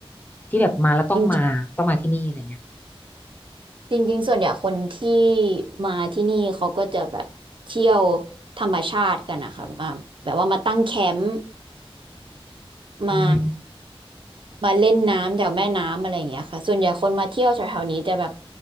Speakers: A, on the left (about 15°); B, on the right (about 55°).
A: ที่แบบมาแล้วต้องมาต้องมาที่นี่อะไรเงี้ย
B: จ จริงๆส่วนใหญ่คนที่มาที่นี่เขาก็จะแบบเที่ยวธรรมชาติกันนะคะมาแบบว่ามาตั้งแคมป์มา
A: อืม
B: มาเล่นน้ำแถวแม่น้ำอะไรอย่างเงี้ยค่ะส่วนใหญ่คนมาเที่ยวแถวๆนี้จะแบบ